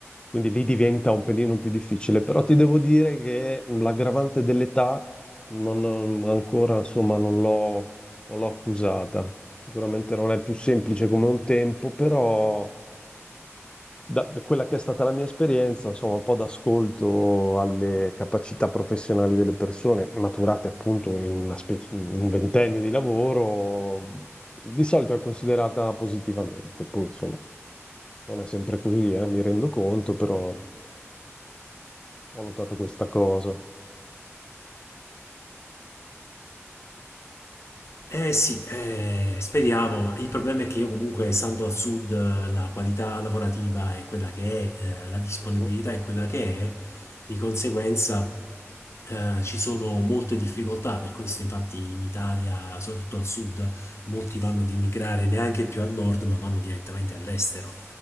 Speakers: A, on the left; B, on the left.
A: Quindi lì diventa un pelino più difficile, però ti devo dire che l'aggravante dell'età non ho- ancora, insomma, non l'ho non l'ho accusata. Sicuramente non è più semplice come un tempo, però da da quella che è stata la mia esperienza, insomma, un po' d'ascolto alle capacità professionali delle persone maturate appunto in una specie- in un ventennio di lavoro, di solito è considerata positivamente. Poi, insomma, non è sempre così, eh, mi rendo conto, però... Ho notato questa cosa.
B: Eh sì, eh, speriamo. Il problema è che io comunque, essendo al sud, eh, la qualità lavorativa è quella che è, eh, la disponibilità
A: Mhm,
B: è quella che è, di conseguenza eh, ci sono molte difficoltà, per questo infatti in Italia, soprattutto al sud, molti vanno ad emigrare neanche più al nord, ma vanno direttamente all'estero.